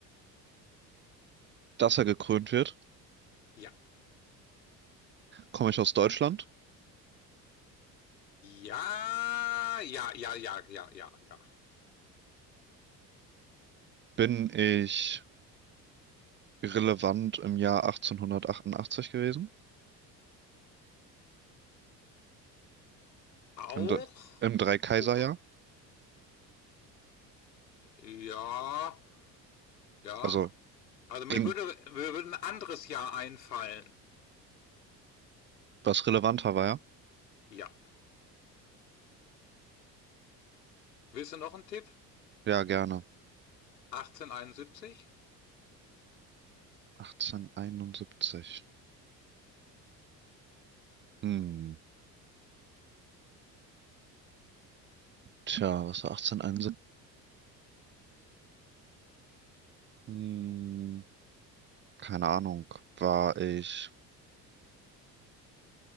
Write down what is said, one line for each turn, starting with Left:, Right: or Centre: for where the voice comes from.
Right: Dass er gekrönt wird,
Left: Ja.
Right: komme ich aus Deutschland,
Left: Ja, ja, ja, ja, ja, ja, ja.
Right: bin ich. relevant im Jahr 1888 gewesen,
Left: auch.
Right: im, Dr- im Dreikaiserjahr.
Left: Wobei- Ja, ja.
Right: Also
Left: Also mir
Right: ging,
Left: würde, mir würde ein anderes Jahr einfallen.
Right: was relevanter war, ja?
Left: Ja. Willst du noch einen Tipp?
Right: Ja, gerne.
Left: 1871?
Right: 1871. Hm, tja, was war 1871? Hm, keine Ahnung. War ich,